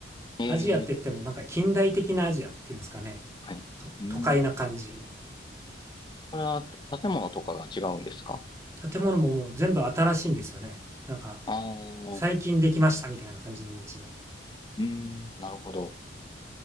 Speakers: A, on the left; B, on the right.
A: ええ
B: アジアって言ってもなんか近代的なアジアっていうんですかね、
A: はい。
B: と都会な感じ。
A: うーん。これは建物とかが違うんですか
B: 建物ももう全部新しいんですよね。なんか
A: ああー、
B: 最近できましたみたいな感じの街で。
A: うーん、なるほど。